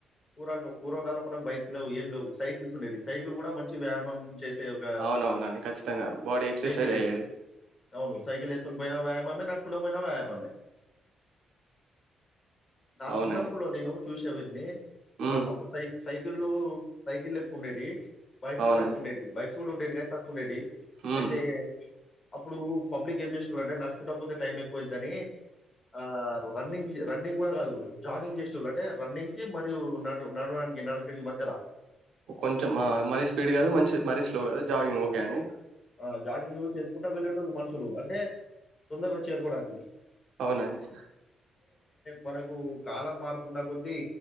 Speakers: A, on the left; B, on the right.
A: పూర్వ పూర్వకాలం మనకు బైక్స్ లేవు ఏం లేవు సైకిల్స్ ఉండేవి సైకిల్ కూడా మంచి వ్యాయామం చేస్త స్తె ఒక
B: అవునవునండి ఖచ్చితంగా బాడీ ఎక్సర్సైజ్
A: వెహికల్ అది
B: అయ్యేది
A: అవును సైకిల్ ఏసుకొని పోయినా వ్యాయామమే నడుచుకుంటూ పోయినా వ్యాయామమే నా
B: అవునండి
A: చిన్నప్పుడు లో నేను చూసేవన్నీ ఒకప్పుడు
B: ఉమ్
A: సై సైకిళ్ళు సైకిళ్ళెక్కవ ఉండేవి బైక్స్
B: అవునండి
A: తక్కువ ఉండేవి బైక్స్ <unintelligible> ఉండేది కానీ తక్కువ ఉండేది
B: ఉమ్
A: అయితే అప్పుడూ పబ్లిక్ ఏం చేసెటొళంటే నడుచుకుంట పోతే టైం ఎక్కువ అయిద్దనీ ఆ.. రన్నింగ్ రన్నింగ్ కూడా కాదు జాగింగ్ చేసెటొళ్ళు అంటే రన్నింగ్ కి మరియు నటు నడవడానికి నడకకి మధ్యలా
B: కొంచెం ఆ.. మరీ స్పీడ్ కాదు మంచి మరీ స్లో కాదు జాగింగ్ ఓకే అండి
A: ఆ జాగింగ్ చేసుకుంటా వెళ్లేేటొళ్ళు మనుషులు అంటే తొందరగా చేరుకోవడానికి
B: అవునండి
A: మనకు కాలం మారుతున్న కొద్దీ